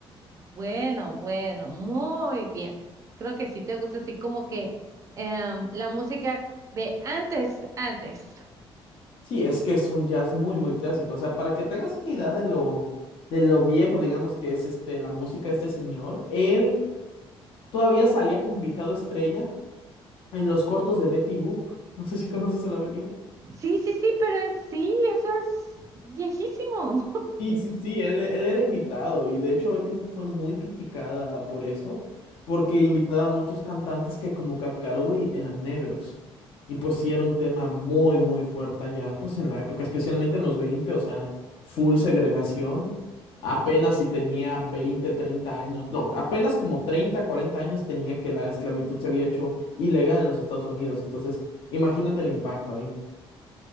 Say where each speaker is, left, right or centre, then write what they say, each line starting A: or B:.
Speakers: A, on the right (about 35°); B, on the left (about 65°).
A: Bueno, bueno, muy bien. Creo que sí te gusta así como que em, la música de antes, antes.
B: Sí, es que es un jazz muy, muy clásico. O sea, para que te hagas una idea de lo, de lo viejo, digamos, que es este, la música de este señor, él todavía salía como invitado estrella en los cortos de Betty Boop. <laughs> No sé si conoces a la Betty
A: Sí, sí, sí, pero es, sí, eso es viejísimo.
B: Sí, sí, sí, él, él era invitado y de hecho Betty Boop fue muy criticada por eso, porque invitaba a muchos cantantes que como Cap Calloway eran negros. Y pues sí era un tema muy, muy fuerte allá, pues en la época, especialmente en los veinte o sea, full segregación. Apenas si tenía 20 30 años, no, apenas como 30 40 años tenía que la esclavitud se había hecho ilegal en los Estados Unidos. Entonces, imagínate el impacto ahí.